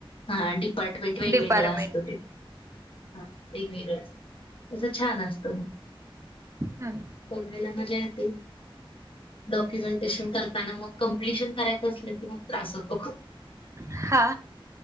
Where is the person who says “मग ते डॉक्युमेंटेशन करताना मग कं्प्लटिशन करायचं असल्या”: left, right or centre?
Left